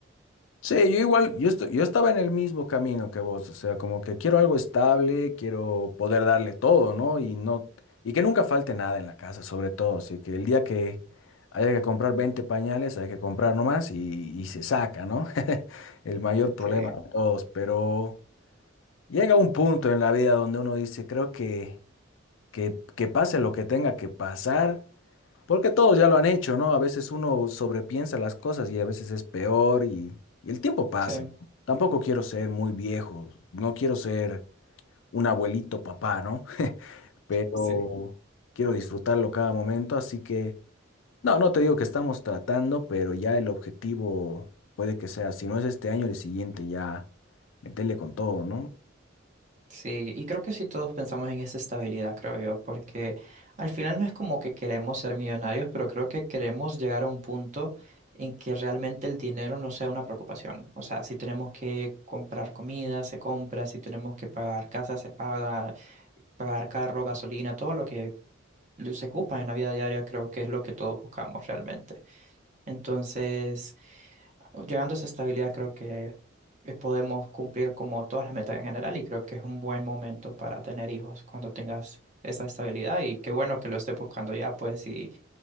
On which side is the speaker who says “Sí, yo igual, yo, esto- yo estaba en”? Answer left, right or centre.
Left